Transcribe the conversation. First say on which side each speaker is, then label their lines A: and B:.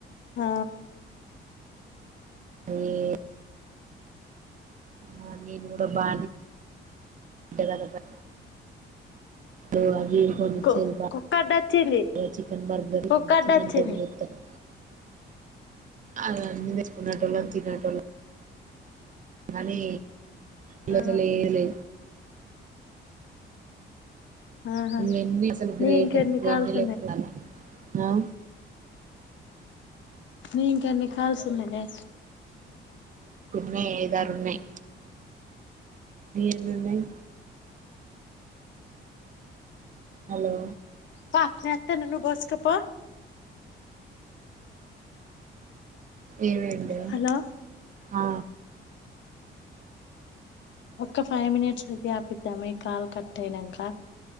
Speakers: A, on the left (about 70°); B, on the right (about 40°).
A: ఆ
B: యే ఆ నేను కూడా బా <unintelligible> ఓ అవి కొనిచ్చేది
A: కు
B: బా
A: కుక్క అడ్డొచ్చింది
B: చికెన్ బర్గర్
A: కుక్క అడ్డొచ్చింది
B: చికెన్ తోని చేత్తరు అలా అన్ని తెచ్చుకునేటోళ్ళం తినేటోళ్ళం అని ఇగసలే
A: ఆ
B: లే
A: ఆహా
B: ఎన్ని అసలు గ్రేట్
A: నీ ఇంకెన్ని కాల్స్
B: ఎన్ని <unintelligible> నౌ
A: మీకెన్ని కాల్స్ ఉన్నదే
B: మేదారు ఉన్నాయి మీ ఎన్నున్నయి హలో
A: పా నేనొత్తను నువ్ పోసుకోపో
B: ఏమైందే
A: హలో
B: ఆ
A: ఒక్క ఫైవ్ మినిట్స్ చూపి ఆపిద్దామే ఈ కాల్ కట్ అయినంక